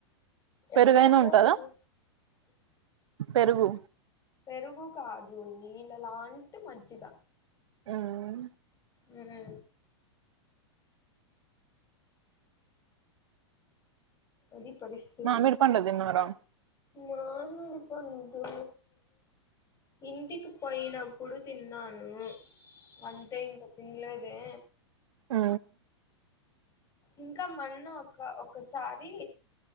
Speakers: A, on the right (about 75°); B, on the left (about 25°).
A: పెరుగైనా
B: ఎప్పుడైతే
A: ఉంటదా
B: వాళగు
A: పెరుగు
B: పెరుగు కాదు నీళ్ళలాంటి మజ్జిగ
A: మ్మ్
B: నినే అది పరిస్థితి
A: మామిడి పండు తిన్నారా
B: మామిడి పండూ ఇంటికి పొయినప్పుడు తిన్నాను అంతే ఇంక తిన్లేదే
A: ఆ
B: ఇంకా మొన్న ఒక్క ఒక్కసారి